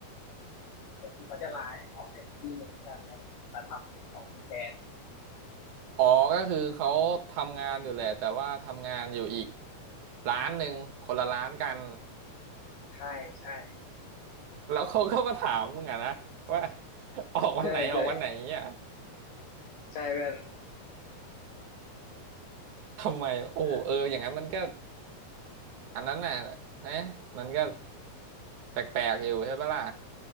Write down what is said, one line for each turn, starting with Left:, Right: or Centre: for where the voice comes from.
Left: ก็คือเขาจะลาออกจากอีกที่หนึ่งเพื่อนแล้วมาทำของกูแทน
Right: อ๋อก็คือเขาทำงานอยู่แหละแต่ว่าทำงานอยู่อีกร้านหนึ่งคนละร้านกัน
Left: ใช่ใช่
Right: แล้วเขาก็มาถามมึงอะนะว่า <laughs> ออกวันไหนออกวันไหนเนี่ย
Left: ใช่ใช่ใช่เพื่อน
Right: ทำไมโอ้เอออย่างนั้นมันก็
Left: อ่า
Right: อันนั้นน่ะนะมันก็แปลกๆอยู่ใช่ปะล่ะ